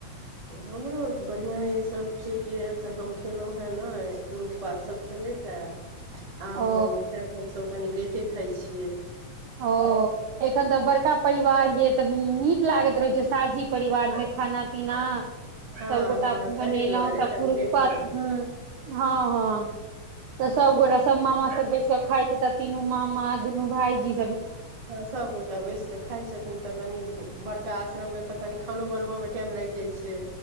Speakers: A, on the right; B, on the right.
A: हमरो बढ़िआ अइ सब ठीक इय एखन हम खेलहुँ हँ नई पुरुष पात सब खेलैत हे आब
B: ओ
A: हम खायब हमसब कनि लेटे खाइ छियै
B: ओ एखन तऽ बड़का परिवार य तऽ नीक लागैत रहैत छैइ साझी परिवार में खाना पीना
A: हँ
B: सबगोटा
A: हँ ताहि
B: बनेलहुँ
A: दुआरे
B: सब
A: कनि
B: पुरुख
A: लेट
B: पात
A: भऽ गेल
B: हूं हँअ् हँअ् तऽ सबगोटा सब मामा सब बैस के खााय छैइ तऽ तीनू मामा दुनू भायईजी
A: हँअ सबगो टा बैस कऽ खाइ छथिन तऽ कनि बड़का आश्रममे तऽ कनि खानो बनबऽमे टाइम लागि जाइ छैइ